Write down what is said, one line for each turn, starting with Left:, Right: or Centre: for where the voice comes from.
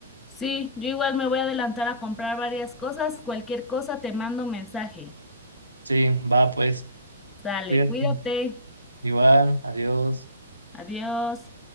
Left: Sí, yo igual me voy a adelantar a comprar varias cosas. Cualquier cosa te mando un mensaje.
Right: Sí, va, pues,
Left: Sale,
Right: cuídate.
Left: cuídate.
Right: Igual, adiós.
Left: Adiós.